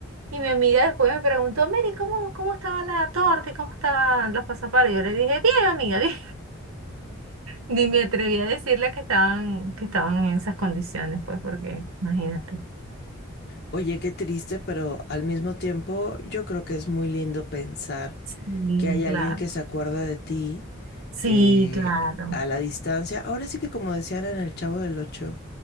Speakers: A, on the right (about 75°); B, on the left (about 45°).
A: Y mi amiga después me preguntó, Mary, ¿cómo, cómo estaba la torta y cómo estaban los pasapalos? Y yo le dije, bien, amiga, bien. Ni me atreví a decirle que estaban, que estaban en esas condiciones, pues, porque imagínate.
B: Oye, qué triste, pero al mismo tiempo yo creo que es muy lindo pensar
A: Sí,
B: que hay
A: claro.
B: alguien que se acuerda de ti
A: Sí,
B: eh,
A: claro.
B: a la distancia. Ahora sí que como decían en El Chavo del Ocho,